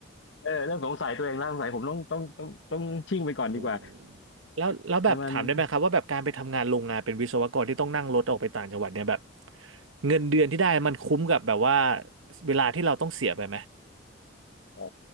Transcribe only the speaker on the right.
โอ้โหแล้วแล้วแบบถามได้ไหมครับว่าแบบการไปทำงานโรงงานเป็นวิศวกรที่ต้องนั่งรถออกไปต่างจังหวัดเนี่ยแบบ
เงินเดือนที่ได้มันคุ้มกับแบบว่าเวลาที่เราต้องเสียไปไหม